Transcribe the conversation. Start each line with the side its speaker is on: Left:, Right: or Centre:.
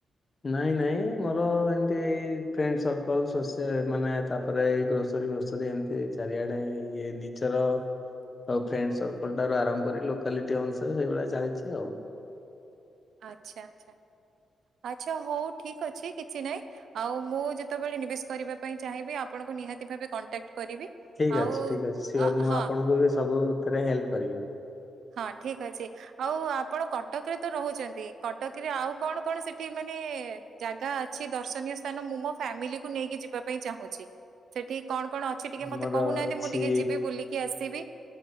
Left: ନାଇଁ ନାଇଁ ମୋର ଏମତି ଏଇ ଫ୍ରେଣ୍ଡ ସର୍କଲ ଶୋଷି ମାନେ ତାପରେ ଏଇ ଗ୍ରୋ ସେରୀ ଫୋସେରି ଏମିତି ଚାରିଆଡେ ଇଏ ନିଜର ଅ ଫ୍ରେଣ୍ଡ ସର୍କଲ ଟାରୁ ଆରମ୍ଭ କରି ଲୋକାଲିଟି ଅନୁସାରେ ସେଇଭଳିଆ ଚାଲିଛି ଆଉ।
Right: ଆଚ୍ଛା ଆଚ୍ଛା। ଆଚ୍ଛା ହଉ ଠିକ ଅଛି କିଛି ନାହିଁ। ଆଉ ମୁଁ ଯେତେବେଳେ ନିବେଶ କରିବା ପାଇଁ ଚାହିଁବି ଆପଣଙ୍କୁ ନିହାତି ଭାବେ କଣ୍ଟାକ୍ଟ କରିବି।
Left: ଠିକ୍
Right: ଆଉ
Left: ଅଛି ଠିକ୍ ଅଛି ସିଓର
Right: ଅ
Left: ମୁଁ
Right: ହଁ
Left: ଆପଣଙ୍କୁ ବି ସବୁଥିରେ ହେଲ୍ପ କରିବି।
Right: ହଁ ଠିକ ଅଛି ଆଉ ଆପଣ କଟକରେ ତ ରହୁଚନ୍ତି, କଟକରେ ଆଉ କଣ କଣ ସେଠି ମାନେ ଜାଗା ଅଛି ଦର୍ଶନୀୟ ସ୍ଥାନ ମୁଁ ମୋ ଫ୍ୟାମିଲିକୁ ନେଇକି ଯିବା ପାଇଁ ଚାହୁଁଚି? ସେଠି କଣ କଣ ଅ ଛି ଟିକେ
Left: ଆମର
Right: ମତେ କହୁନାହାନ୍ତି
Left: ଅଛି
Right: ମୁଁ ଟିକେ ଯିବି ବୁଲିକି ଆସିବି।